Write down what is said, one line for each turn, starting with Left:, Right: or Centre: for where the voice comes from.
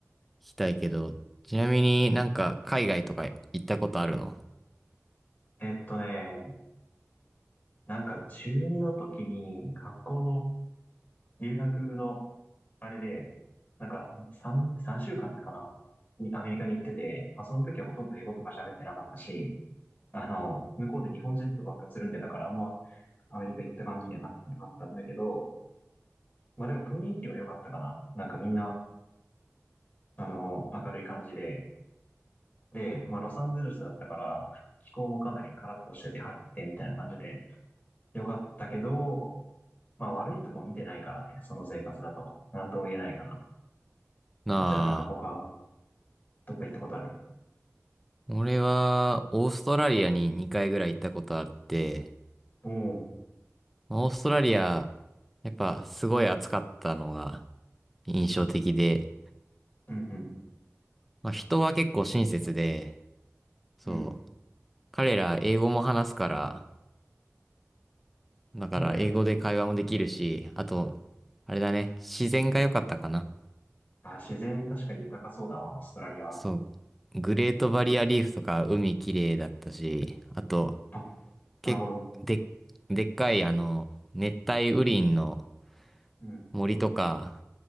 Centre: 行きたいけど、ちなみになんか海外とか行ったことあるの
Left: えっとね、なんか中二の時に学校の留学のあれで、なんか、3、三週間かんかなにアメリカに行ってて、まあ、その時はほとんど英語とか喋ってなかったし、あの、向こうで日本人とばっかつるんでたから、あんまアメリカ行った感じにはなってなかったんだけど、まあでも雰囲気は良かったかな。なんかみんな、あの、明るい感じで、で、まあロサンゼルスだったから、気候もかなりカラッとしてて晴れててみたいな感じで、良かったけど、まあ悪いとこ見てないからね、その生活だと。なんとも言えないかな。
Centre: な
Left: なんか他、どっか行ったことある
Centre: あ、俺はオーストラリアに2回ぐらい行ったことあって、
Left: おお
Centre: オーストラリア、やっぱすごい暑かったのが印象的で、
Left: うんう
Centre: まあ、人は結構親切で、そう、
Left: ん。うん。
Centre: 彼ら英語も話すから、だから英語で会話もできるし、
Left: そうだよね。
Centre: あと、あれだね、自然が良かったかな。
Left: あ、自然確かに豊かそうだわ、オーストラリアは。
Centre: そう、グレートバリアリーフとか海綺麗だったし、あと、
Left: あ、なるほど。
Centre: け、で、でっかいあの、熱帯雨林の
Left: うん。
Centre: 森とか、